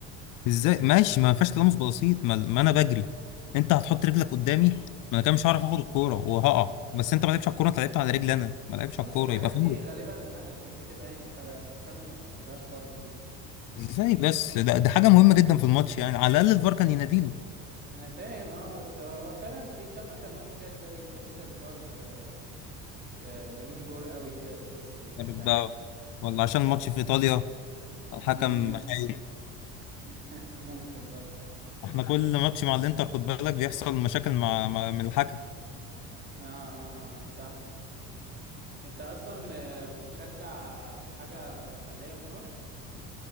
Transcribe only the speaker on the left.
ازاي ماشي ما فيهاش تلامس بسيط ما, ما انا بجري انت هتحط رجلك قدامي ما انا كده مش هعرف اخد الكوره وهقع بس انت ما لعبتش على الكوره انت لعبت على رجلي انا ما لعبتش
على الكوره
يبقى فاول
ازاي بس ده, ده حاجه مهمه جدا في الماتش يعني على الاقل الفار كان يناديله
عارف
بقى
ولا عشان الماتش في ايطاليا الحكم
خايف
احنا كل ماتش مع الانتر خد بالك بيحصل مشاكل مع, مع من الحكم